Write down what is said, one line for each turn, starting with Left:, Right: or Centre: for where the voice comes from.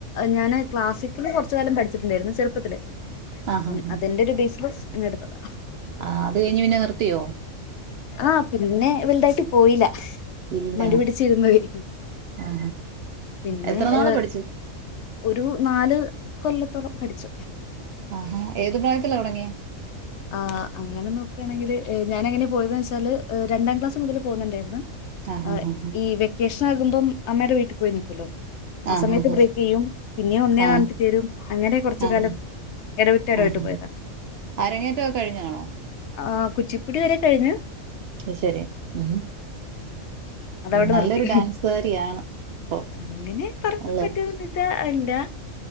Left: ഞാന് ക്ലാസിക്കല് കൊറച്കാലം പഠിച്ചിട്ടുണ്ടായിരുന്നു ചെറുപ്പത്തില് പ്പം
Right: ആഹ് ആഹ്
Left: അതിന്റെ ഒരു <unintelligible> എടുത്തതാ
Right: ആ അത് കയിഞ്ഞ് പിന്നെ നിർത്തിയോ
Left: ആ പിന്നെ വലുതായിട്ട് പോയില്ല
Right: ഇല്ല
Left: മടി പിടിച്ചിരുന്നോയി
Right: ആ
Left: പിന്നെ
Right: എത്ര നാള്
Left: ഏഹ്,
Right: പഠിച്
Left: ഒരു നാല് കൊല്ലത്തോളം പഠിച്ചു
Right: ആഹാ ഏത് പ്രായത്തില ഒടങ്ങിയെ?
Left: ആ അങ്ങനെ നോക്കുകയാണെങ്കില് ഞാനെങ്ങനെയ പോയെന്നച്ചാല് രണ്ടാം ക്ലാസ് മുതൽ പോകുന്നുണ്ടായിരുന്നു
Right: ആഹ്
Left: ആ
Right: ഹ ഹ
Left: ഈ വെക്കേഷൻ ആകുമ്പം അമ്മേടെ വീട്ടി പോയി നിക്ക്വല്ലോ ആ
Right: ആഹ്
Left: സമയത്ത്
Right: ഹ
Left: ബ്രേക്ക് ചെയ്യും പിന്നെ ഒന്നേ
Right: ആ
Left: ന്നയിട്ട് ചേരും അങ്ങനെ കുറച്ച്
Right: ആഹ്
Left: കാലം എടവിട്ടെടവിട്ട്
Right: ആഹ്
Left: പോയതാ
Right: ആ അരങ്ങേറ്റൊക്കെ കഴിഞ്ഞാണോ
Left: ആഹ്കുച്ചിപ്പുടി എ കഴിഞ്ഞു
Right: ത്ശരി മ്
Left: അതവിടെ
Right: നല്ലൊരു
Left: നിർത്തി
Right: ഡാൻസ്കാരിയാണ് ഇപ്പൊ
Left: അങ്ങനെ പറയാൻ
Right: അല്ലെ
Left: പറ്റോന്ന് <unintelligible>